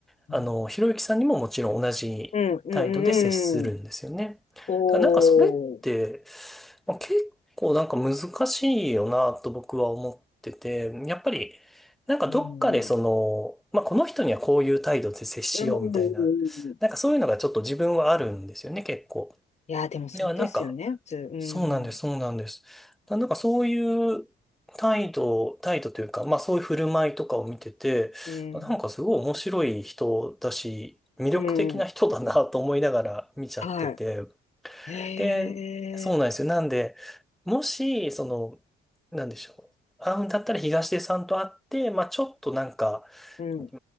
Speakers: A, on the left; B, in the centre.
A: うん、
B: あの、ひろゆきさんにももちろん同じ態度で接するんですよね。
A: うん、うん。うんおー。
B: だからなんかそれって、まあ、結構なんか難しいよなと僕は思ってて、やっぱりなんかどっかでその、
A: うん。
B: まあ、この人にはこういう態度で接しようみたいな、
A: うん。
B: なんかそういうのがちょっと自分はあるんですよね、結構。
A: いや、でもそうですよね、
B: では、なんか、
A: 普通。うん。
B: そうなんです、そうなんです。だなんかそういう態度、態度というか、まあそういう振る舞いとかを見てて、
A: うん。
B: あなんかすごい面白い人だし、魅力的な人だなと思いながら見ちゃってて。
A: うん。はい。へえ。
B: で、そうなんですよ。なんで、もし、その、なんでしょう。会うんだったら東出さんと会って、まあちょっとなんか、
A: うん。
B: う